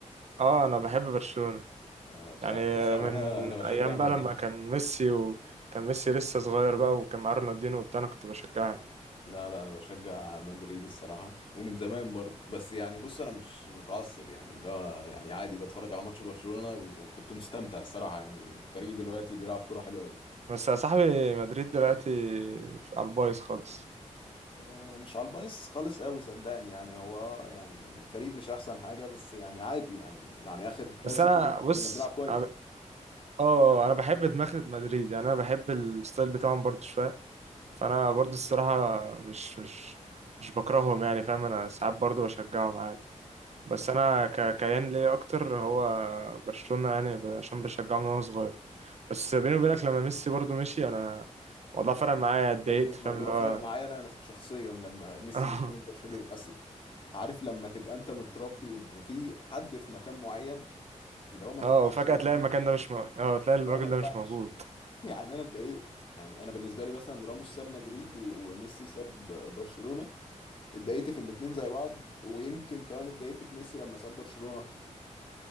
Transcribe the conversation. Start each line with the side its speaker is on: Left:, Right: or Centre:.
Right: اه انا بحب برشلونة
Left: انا بصراحة
Right: يعني
Left: بص هو
Right: من
Left: انا انا بشجع
Right: ايام
Left: مدريد
Right: بقى لما كان ميسي وكان ميسي لسه صغير بقى وكان معاه رونالدينو وبتاع انا كنت بشجعها يعني.
Left: لا لا انا بشجع مدريد الصراحة ومن زمان برضه بس يعني بص انا مش متعصب يعني اللي هو يعني عادي بتفرج على ماتش برشلونة وكنت مستمتع الصراحة يعني الفريق دلوقتي بيلعب كرة حلوة قوي
Right: بس يا صاحبي مدريد دلوقتي في- على البايظ خالص
Left: آه، مش على البايظ خالص قوي صدقني يعني هو يعني الفريق مش احسن حاجة بس يعني عادي يعني يعني اخر كلاسيكو
Right: بس انا بص
Left: كنا بنلعب كويس
Right: أنا ب- اه انا بحب دماغ مدريد يعني انا بحب الستايل بتاعهم برضو شوية فانا برضو الصراحة مش مش مش بكرههم يعني فاهم انا ساعات برضو بشجعهم عادي بس انا ك... كيان ليا اكتر هو برشلونة يعني عشان بشجعه من وانا صغير بس بيني وبينك لما ميسي برضو مشي انا والله فرق معايا اتضايقت
Left: يا ابني الموضوع
Right: فاهم اللي
Left: فرق
Right: هو
Left: معايا انا شخصيا لما ميسي
Right: <laughs>
Left: مشي من برشلونة اصل عارف لما تبقى انت متربي ان في حد في مكان معين اللي هو ما
Right: اه
Left: ينفعش
Right: وفجأة
Left: يمشي
Right: تلاقي
Left: منه
Right: المكان ده مش مو... اه تلاقي الراجل
Left: هو ما ينفعش
Right: ده مش موجود
Left: <laughs> يعني انا اتضايقت يعني انا بالنسبه لي مثلا راموس ساب مدريد و- وميسي ساب برشلونه اتضايقت في الاتنين زي بعض ويمكن كمان اتضايقت في ميسي لما ساب برشلونه اكتر